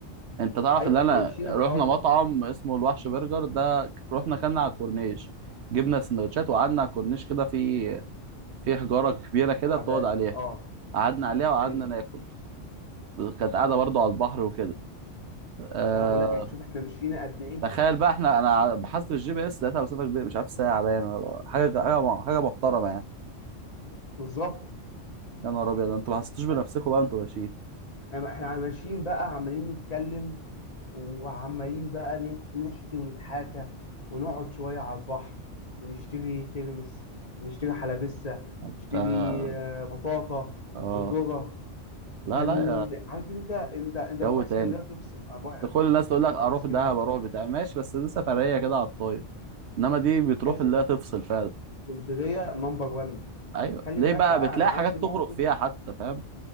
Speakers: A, on the right (about 65°); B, on the left (about 35°).
A: أنت تعرف
B: ايوه
A: إن أنا
B: احنا مشينا
A: رحنا
B: حوالي
A: مطعم اسمه الوحش برجر ده رحنا كنا على الكورنيش جبنا سندوتشات وقعدنا على الكورنيش كده في في حجارة كبيرة كده
B: عادات
A: بتقعد عليها
B: اه
A: قعدنا عليها وقعدنا
B: ايوه
A: ناكل كانت قاعدة برضو على البحر وكده أه...
B: لا بقول لك شوف احنا مشينا قد ايه
A: تخيل بقى احنا أنا بحثت في الجي بي إس لقيتها مسافة كبيرة مش عارف ساعة باين ولا- حاجة حاجة م- حاجة محترمة يعني
B: بالظبط
A: يا نهار أبيض أنتوا ما حسيتوش بنفسكم
B: يعني
A: بقى أنتوا ماشيين
B: احنا احنا ماشيين بقى عمالين نتكلم وعمالين بقى نت- نحكي ونتحاكى ونقعد شوية على البحر ونشتري ترمس ونشتري حلبسة
A: ده-
B: نشتري آه، بطاطا
A: آه
B: وذرة
A: لا
B: كان
A: لا
B: عارف انت انت انت
A: يا
B: بتروح
A: جو تاني
B: اسكندريه تفصل انا بروح انا
A: كل الناس تقول لك اروح
B: بروح اسكندريه
A: دهب اروح بتاع ماشي بس دي سفريه كده على الطاير انما دي بتروح
B: اسف
A: اللي هي تفصل فعلا
B: اسكندريه نمبر 1
A: ايوه
B: خلي
A: ليه
B: بالك
A: بقى
B: بقى
A: بتلاقي
B: انا عندي
A: حاجات
B: موقف
A: تخرج فيها حتى فاهم